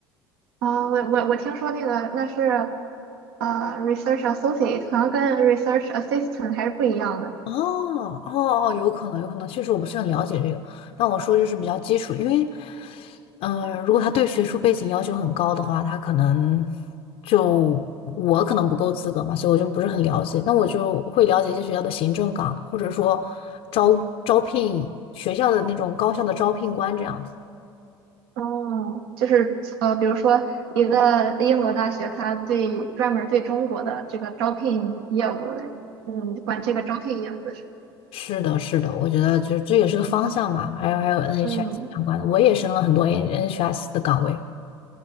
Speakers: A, on the right (about 65°); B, on the left (about 50°).
A: 啊、我我我听说那个那是。啊 r e s e a r c h associate 好像跟 research assistant 还是不一样的。
B: 哦哦哦，有可能，有可能，确实我不是很了解这个。但我说就是比较基础，因为，嗯、如果他对学术背景要求很高的话，他可能就我可能不够资格嘛，所以我就不是很了解。那我就会了解一些学校的行政岗，或者说招招聘学校的那种高校的招聘官这样子。
A: 哦，就是呃，比如说一个英国大学，它对专门对中国的这个招聘业务的，嗯，管这个招聘业务的事。
B: 是的，是的，我觉得就是这也是个方向嘛。还有还有 NHS
A: 嗯，
B: 相关的，我也升了很多 N- NHS 的岗位。